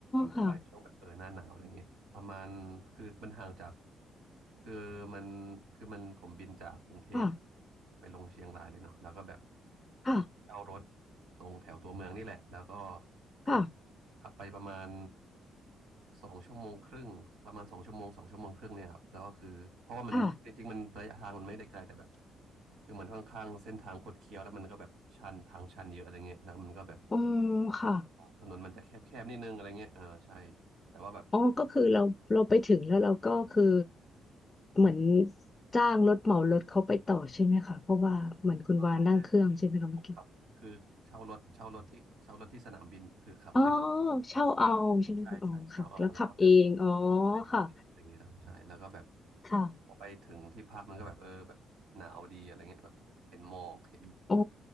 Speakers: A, on the left; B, on the right.
A: ค่ะ
B: ไปช่วงแบบเออหน้าหนาวอะไรเงี้ยประมาณคือมันห่างจากคือมันคือมันผมบินจากกรุงเทพ
A: ค่ะ
B: ไปลงเชียงรายเลยเนาะแล้วก็แบบ
A: ค่ะ
B: เช่ารถตรงแถวตัวเมืองนี่แหละแล้วก็
A: ค่ะ
B: ขับขับไปประมาณสองชั่วโมงครึ่งประมาณสองชั่วโมงสองชั่วโมงครึ่งเนี่ยครับแล้วก็คือเพราะว่ามันจริงๆมันระยะทางมันไม่ได้ไกลแต่แบบ
A: ค่ะ
B: คือมันค่อนข้างเส้นทางคดเคี้ยวแล้วมันก็แบบชันทางชันเยอะอะไรเงี้ยแล้วมันก็แบบ
A: อ๋อค่ะ
B: ถนนมันจะแคบๆนิดนึงอะไรเงี้ยเออใช่แต่ว่าแบบ
A: อ๋อก็คือเราเราไปถึงแล้วเราก็คือ
B: ขึ้น
A: เหมือน
B: อืม
A: จ้างรถเหมารถเขาไปต่อใช่ไหมคะเพราะว่าเหมือนคุณวานนั่งเครื่องใช่ไหมคะเมื่อกี้
B: อ๋อไม่ไม่ผมขับคือเช่ารถเช่ารถที่เช่ารถที่สนามบินคือขับขึ้น
A: อ๋อเช่าเอาใช่ไหมคะอ๋อค่ะแล้วขับเองอ๋อ
B: ใช่ใช่เช่าเอาแล้วก็แบบใช่ขับเองอะไรเงี้ยครับใช่
A: ค่ะ
B: แล้วก็แบบ
A: ค่ะ
B: พอไปถึงที่พักมันก็แบบเออแบบหนาวดีอะไรเงี้ยแบบเห็นหมอกเห็น
A: อ๋อ